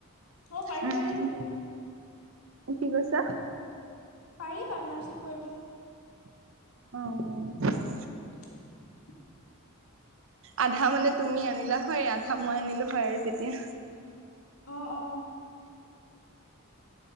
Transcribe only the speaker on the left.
অ পাৰি
পাৰি বোলো।
পাৰি পাৰ্টনাৰশ্বিপ কৰিব।
<inaudible>
তোমাৰ
অ' অ'।